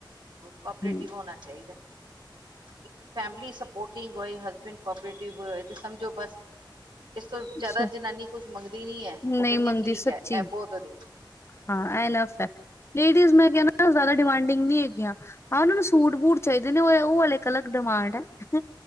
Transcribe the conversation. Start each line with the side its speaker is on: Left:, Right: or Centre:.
Right: ਕੋਆਪਰੇਟਿਵ
Left: ਹੂੰ,
Right: ਹੋਣਾ ਚਾਹੀਦਾ। ਇਕ ਫੈਮਲੀ ਸਪੋਰਟਿੰਗ ਹੋਏ ਹਸਬੈਂਡ ਕੋਪਰੇਟਿਵ ਹੋਏ ਤੇ ਸਮਝੋ ਬਸ ਇਸ ਤੋਂ ਜਿਆਦਾ
Left: ਸ
Right: ਜਨਾਨੀ ਕੁਛ ਮੰਗਦੀ ਨਹੀਂ ਹੈ ਉਹ
Left: ਨਹੀਂ
Right: ਕਹਿੰਦੀ
Left: ਮੰਗਦੀ
Right: ਠੀਕ
Left: ਸੱਚੀ
Right: ਹ ਇਹ ਬਹੁਤ ਵਧੀਆ
Left: ਹਾਂ ਐ ਏਨੋਫ ਹੈ ਲੇਡੀਜ਼ ਮੇ ਕਿਹਾ ਨਾ ਜਾਦਾ ਡੀਂਮਾਂਡਿੰਗ ਨੀ ਹੈਗਿਆਂ। ਹਾਂ ਉਹਨਾਂ ਨੂੰ ਸੂਟ ਬੂਟ ਚਾਹੀਦੇ ਨੇ ਉਹ ਉਹ ਹਲੇ ਇਕ ਅਲਗ ਡਿਮਾਂਡ ਹੈ।